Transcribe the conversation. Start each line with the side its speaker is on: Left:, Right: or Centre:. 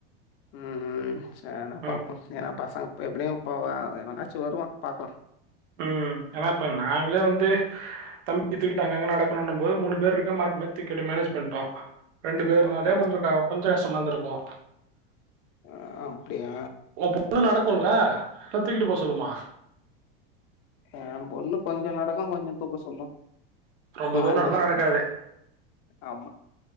Left: ம்ம் சேர்னா
Right: ம்
Left: பாப்பு ஏன்னா பசங்க எப்டியு போவ வெ வனாச்சு வருவா பாக்லா
Right: ம் எனா இப்ப நாங்ளே வந்து தம்பி துக்கிட்டு
Left: ம்
Right: அங்கங்க நடக்கணு பொது மூணு பேர் இருக்க மாத் மாத்தி துக்கி அடே மேனேஜ் பண்ட்டோ ரெண்டு பேர்னாலே
Left: ஓகே
Right: கொஞ்ச கொஞ்ச கஷ்டமா இருந்துருக்கு
Left: அ அப்டியா
Right: ஒ பொண்ணு நட ற்க்குல்ல இல்ல தூக்கிட்டு போ சொல்லுமா
Left: ஏ பொண்ணு கொஞ்ச நடக்கு கொஞ்ச தூக்க சொல்லு
Right: ரொம்ப
Left: மாரி
Right: தூரோ நடந்தா
Left: புள்ள
Right: நடக்காது
Left: ஆமா